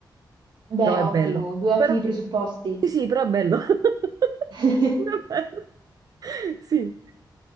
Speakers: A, on the right (about 80°); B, on the right (about 55°).
A: Beh,
B: Però è
A: ottimo,
B: bello.
A: due ottimi
B: Però,
A: presupposti.
B: sì, sì, però è bello. <laughs>
A: <laughs>
B: Però è bello. Sì.